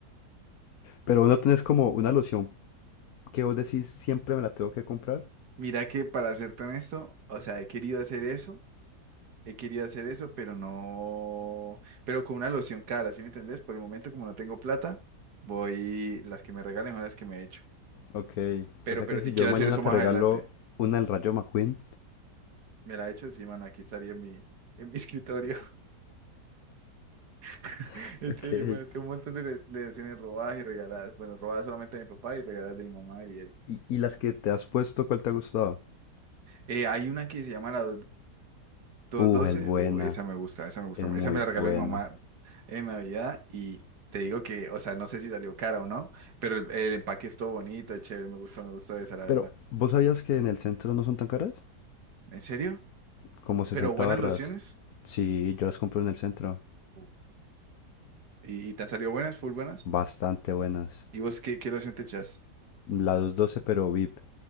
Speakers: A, on the left; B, on the right.
A: Pero vos no tenés como una loción que vos decís siempre me la tengo que comprar.
B: Mira que para serte honesto, o sea, he querido hacer eso, he querido hacer eso, pero no. Pero con una loción cara, ¿sí me entendés? Por el momento, como no tengo plata, voy, las que me regalen son las que me he
A: Ok,
B: Pero,
A: o sea
B: pero
A: que
B: si
A: si
B: quiero
A: yo mañana
B: hacer eso
A: te
B: más
A: regalo
B: adelante,
A: una del Rayo McQueen,
B: me la he hecho, sí, mano, aquí estaría en mi, en mi escritorio. <laughs>
A: <laughs>
B: En
A: ok,
B: serio, bueno, tengo un montón de le- lecciones robadas y regaladas. Bueno, robadas solamente de mi papá y regaladas de mi mamá y él.
A: y, y las que te has puesto, ¿cuál te ha gustado?
B: Eh, hay una que se llama la 212,
A: Uh, es buena,
B: doce o esa me gusta, esa me gusta,
A: es muy
B: esa me la
A: buena.
B: regaló mi mamá en Navidad y te digo que, o sea, no sé si salió cara o no, pero el, el empaque es todo bonito, es chévere, me gustó, me gustó esa, la verdad.
A: Pero, ¿vos sabías que en el centro no son tan caras?
B: ¿En serio?
A: Como 60
B: Pero buenas
A: barras.
B: lociones
A: Sí, yo las compro en el centro,
B: Uh. y, y te han salido buenas, full buenas.
A: bastante buenas.
B: ¿Y vos qué, qué loción te echas?
A: La 212 pero VIP.